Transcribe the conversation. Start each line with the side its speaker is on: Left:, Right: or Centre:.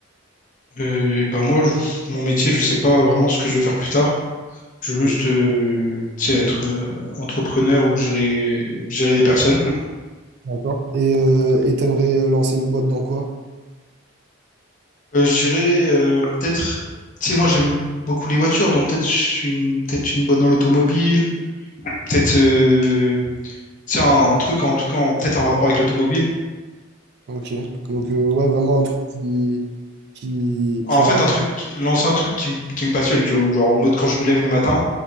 Left: Et ben moi, je- mon métier, je sais pas vraiment ce que je veux faire plus tard. Je veux
Right: Ok,
Left: juste, euh, tu sais, être euh, entrepreneur ou gérer, gérer des personnes.
Right: d'accord. Et euh, et t'aimerais euh, lancer une boîte dans quoi?
Left: Euh, je dirais euh, peut-être, tu sais, moi j'aime beaucoup les voitures, donc peut-être je suis une, peut-être une boîte dans l'automobile, peut-être euh, tu sais, un, un truc en tout cas, en- peut-être en rapport avec l'automobile.
Right: Ok. Donc, euh, ouais, vraiment un truc qui, qui,
Left: En
Right: qui en
Left: fait,
Right: rapport.
Left: un truc, lancer un truc qui, me- qui me passionne, tu vois, ou genre en mode quand je me lève le matin,